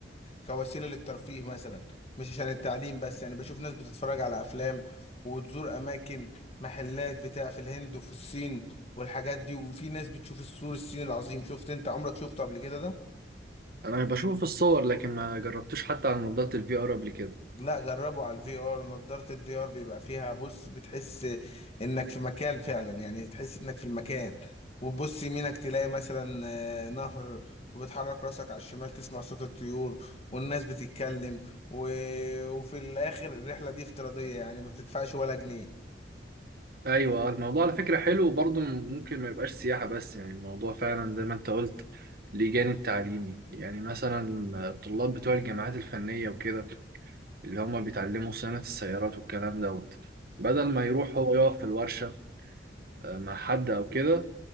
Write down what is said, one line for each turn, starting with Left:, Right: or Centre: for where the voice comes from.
Left: كوسيلة للترفيه مثلا مش عشان التعليم بس يعني بشوف ناس بتتفرج على أفلام وتزور أماكن محلات بتاع في الهند وفي الصين والحاجات دي وفي ناس بتشوف السور الصيني العظيم شفت أنت عمرك شفته قبل كده ده؟
Right: أنا بشوفه في الصور لكن ما جربتوش حتى على نظارة الفي آر قبل كده
Left: لا جربوا على الفي ار نضارة الفي ار بيبقى فيها بص بتحس انك في مكان فعلا يعني تحس انك في المكان وتبص يمينك تلاقي مثلا آه، نهر وبتحرك راسك على الشمال تسمع صوت الطيور والناس بتتكلم و... وفي الاخر الرحلة دي افتراضية يعني ما بتدفعش ولا جنيه
Right: أيوة الموضوع على فكرة حلو وبرضه ممكن ما يبقاش سياحة بس يعني الموضوع فعلا زي ما أنت قلت ليه جانب تعليمي يعني مثلا الطلاب بتوع الجامعات الفنية وكده اللي هما بيتعلموا صيانة السيارات والكلام دوت بدل ما يروح هو يقف في الورشة آه، مع حد أو كده